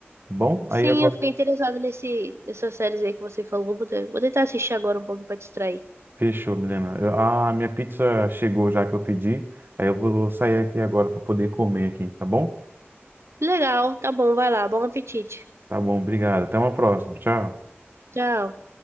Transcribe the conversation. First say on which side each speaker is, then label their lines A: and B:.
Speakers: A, on the right; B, on the right.
A: Bom,
B: sim,
A: aí agora
B: eu fiquei interessada nesse, nessas séries aí que você falou. Vou te- vou tentar assistir agora um pouco pra distrair.
A: fechou, Milena. Eu- a minha pizza chegou já que eu pedi. Aí eu vou sair aqui agora para poder comer aqui, tá bom?
B: Legal, tá bom, vai lá, bom apetite.
A: Tá bom, obrigado. Até uma próxima. Tchau.
B: Tchau.